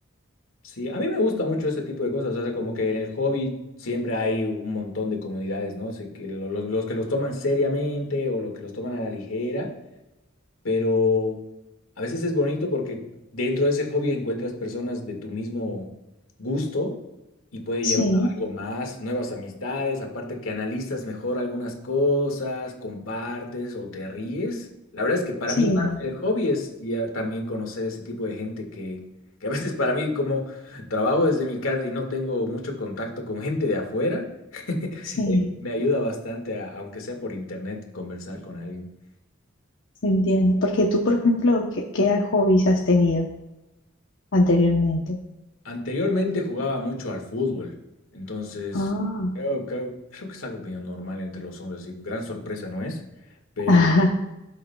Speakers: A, on the left (about 85°); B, on the left (about 60°).
A: Sí, a mí me gusta mucho este tipo de cosas, o sea, como que en el hobby siempre hay un montón de comodidades, ¿no? Sé que lo- lo- los que los toman seriamente o los que los toman a la ligera, pero a veces es bonito porque dentro de ese hobby encuentras personas de tu mismo gusto y puede
B: Sí,
A: llevar a algo más, nuevas amistades, aparte que analizas mejor algunas cosas, compartes o te ríes. La verdad es que para
B: sí,
A: mí parte del hobby es ya también conocer ese tipo de gente que, que a veces para mí como trabajo desde mi casa y no tengo mucho contacto con gente de afuera, <laughs> eh,
B: sí,
A: me ayuda bastante, a- aunque sea por internet, conversar con alguien.
B: entiendo. Porque tú, por ejemplo, ¿qué, qué hobbies has tenido anteriormente?
A: Anteriormente jugaba mucho al fútbol, entonces
B: Ah,
A: creo, creo, creo que es algo medio normal entre los hombres, y gran sorpresa no es, pero
B: ajá,